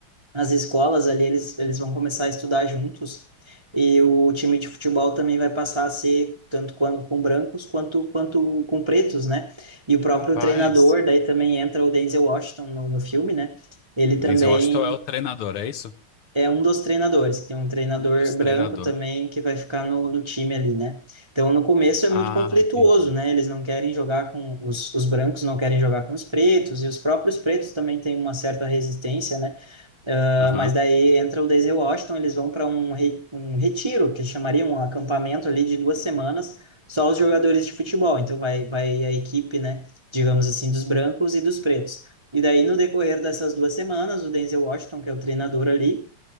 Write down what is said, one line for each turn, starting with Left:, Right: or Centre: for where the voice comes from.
Right: as escolas ali, eles eles vão começar a estudar juntos e o time de futebol também vai passar a ser tanto com, com brancos quanto quanto com pretos, né? E o próprio
Left: Rapaz,
Right: treinador, daí também entra o Denzel Washington no, no filme, né? Ele
Left: o
Right: também
Left: Denzel Washington é o treinador, é isso?
Right: é um dos treinadores, que tem um treinador
Left: Um dos treinadores.
Right: branco também que vai ficar no, no time ali, né? Então, no começo é muito
Left: Ah,
Right: conflituoso,
Left: entendi.
Right: né? Eles não querem jogar com os, os brancos, não querem jogar com os pretos, e os próprios pretos também têm uma certa resistência, né? Uh,
Left: Aham.
Right: mas daí entra o Daisy Washington, eles vão para um, re, um retiro, que chamaria um acampamento ali de duas semanas, só os jogadores de futebol. Então, vai, vai a equipe, né? Digamos assim, dos brancos e dos pretos. E daí, no decorrer dessas duas semanas, o Denzel Washington, que é o treinador ali,